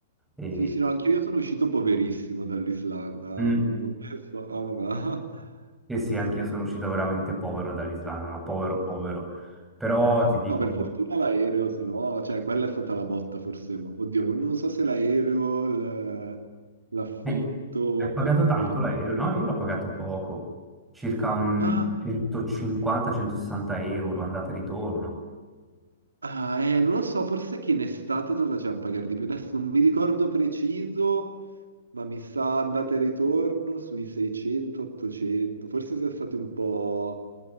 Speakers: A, in the centre; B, on the right.
A: E-
B: Sì, sì, no, anche io sono uscito poverissimo dall'Islanda,
A: Mm.
B: non, non pensavo, ma... <laughs>
A: Sì, sì,
B: No,
A: anch'io sono uscito veramente povero dall'Islanda, ma povero, povero. Però ti dico,
B: No, per fortuna l'aereo, se no, cioè, quella è stata la botta forse, ma oddio, non, non so se l'aereo, l- l'affitto
A: eh, hai pagato
B: del,
A: tanto
B: del...
A: l'aereo? No, io l'ho pagato poco, circa un
B: Ma,
A: 150-160 euro, andata e ritorno.
B: ah, eh, non lo so, forse che in estate te lo facevano pagare di più, adesso non mi ricordo preciso, ma mi sa andata e ritorno sui 600-800, forse sia stati un po'...